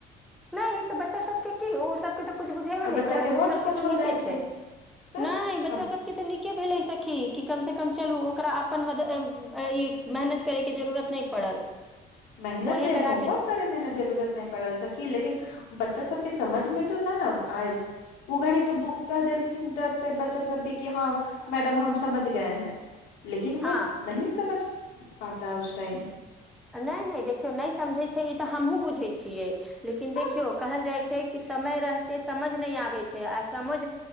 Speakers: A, in the centre; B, on the left (about 85°).
A: नहि ई तो बच्चा सब ओ सबके तऽ कछु बुझेबे
B: आ
A: नहि
B: बच्चा
A: करत
B: के
A: ओ
B: होच
A: सबके
B: पोच
A: तऽ
B: हो
A: निके
B: जाइ
A: छै
B: तऽ
A: नहि बच्चा
B: आ
A: सब तऽ नीके भेल सखी कि कमसँ कम चलू ओकरा अपन मदद ई मेहनत करैके जरूरत नहि पड़ल
B: मेहनत
A: ओहे करा
B: होमवर्क
A: के
B: करे मे ने जरूरत नहि पड़ल सकी लेकिन बच्चा सबके समझ मे तो नहि ने आयल ओ घड़ी तो कह देलथिन डर से बच्चा सब भी कि हँ मैडम हम समझ गए हैं लेकिन वो
A: हँ
B: नहि समझ पाता है उस टाइम
A: नहि नहि देखियौ नहि समझै छै ई तऽ हमहुँ बुझैत छियै लेकिन
B: तऽ
A: देखियौ कहल जाइ छै कि समय रहते समझ नहि आबैत छै आ समझ